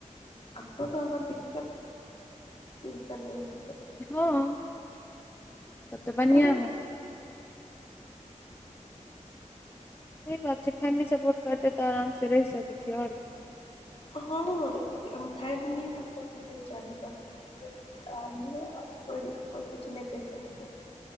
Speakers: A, on the left; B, on the left.
A: अपन रहबें त दिक्कत, इ त नहि हेतै।
B: हँ तब तऽ बढ़आं
A: ओहिमे
B: हय। सही बात छै, फैमिली सपोर्ट करतै तऽ आराम से रहि सकै छी, और की।
A: हँ फैमिली सपोर्ट नै चाही बस हस्बैंड राजी
B: हूँ।
A: है कोइ -कोइ कुछ नैह सकते।